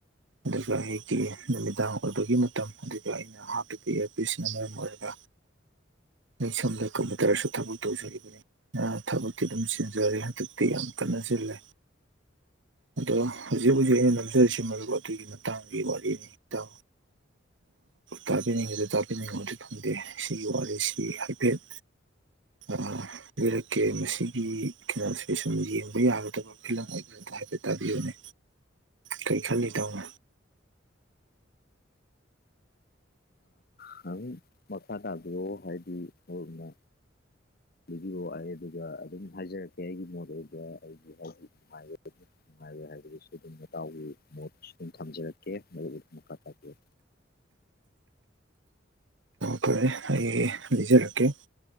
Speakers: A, on the right (about 75°); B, on the left (about 55°).
A: ꯑꯗꯨꯒ ꯑꯩꯒꯤ ꯅꯨꯃꯤꯗꯥꯡ ꯑꯣꯏꯕꯒꯤ ꯃꯇꯝ ꯑꯗꯨꯗ ꯑꯩ <unintelligible> ꯃꯔꯝ ꯑꯣꯢꯔꯒ ꯑꯩ ꯁꯣꯝꯗ ꯀꯝꯄꯨꯇ꯭ꯔꯁꯨ ꯊꯕꯛ ꯇꯧꯖꯕꯅꯦ ꯑꯥ ꯊꯕꯛꯇꯤ ꯑꯗꯨꯝ ꯅꯤꯟꯖꯔꯦ ꯍꯟꯗꯛꯇꯤ ꯌꯥꯝ ꯀꯟꯅ ꯆꯤꯜꯂꯦ ꯑꯗꯣ ꯍꯧꯖꯤꯛ ꯍꯧꯖꯤꯛ ꯑꯩꯅ ꯅꯝꯖꯔꯤꯁꯤ ꯃꯔꯨꯞ ꯑꯗꯨꯒꯤ ꯃꯇꯥꯡꯒꯤ ꯋꯥꯔꯤꯅꯤ ꯢꯇꯥꯎ ꯇꯥꯕꯤꯅꯤꯡꯉꯤꯗꯤ ꯇꯥꯕꯤꯅꯤꯡꯉꯨꯗꯤ ꯐꯪꯗꯦ ꯁꯤꯒꯤ ꯋꯥꯔꯤꯁꯤ ꯍꯥꯏꯐꯦꯠ ꯑ ꯂꯩꯔꯛꯀꯦ ꯃꯁꯤꯒꯤ ꯀꯩꯅꯣꯁꯦ ꯁꯨꯝ ꯌꯦꯡꯕ ꯌꯥꯒꯗꯕ ꯐꯤꯂꯝ ꯑꯣꯏꯕ ꯍꯥꯏꯐꯦꯠ ꯇꯥꯕꯤꯌꯨꯅꯦ ꯀꯩ ꯈꯜꯂꯤ ꯏꯇꯥꯎ ꯅꯪ
B: ꯈꯪ ꯃꯈꯥ ꯇꯥꯕꯤꯑꯣ ꯍꯥꯏꯗꯤ ꯃꯔꯨꯞꯅ ꯂꯤꯕꯤꯑꯣ ꯑꯩ ꯑꯗꯨꯒ ꯑꯗꯨꯝ ꯍꯥꯏꯖꯔꯛꯀꯦ ꯑꯩꯒꯤ ꯃꯣꯠ ꯑꯣꯏꯕ ꯑꯩꯒꯤ ꯑꯩꯒꯤ ꯍꯥꯏꯗꯤ ꯅꯨꯡꯉꯥꯏꯔꯣꯏ ꯍꯥꯏꯕꯗꯨꯁꯨ ꯑꯗꯨꯝ ꯃꯇꯥꯎꯒꯤ ꯃꯣꯠꯇꯨꯁꯨ ꯑꯗꯨꯝ ꯊꯝꯖꯔꯛꯀꯦ ꯃꯗꯨꯕꯨ ꯃꯈꯥ ꯇꯥꯄꯤꯌꯨ
A: ꯐꯔꯦ ꯑꯩ ꯂꯤꯖꯔꯛꯀꯦ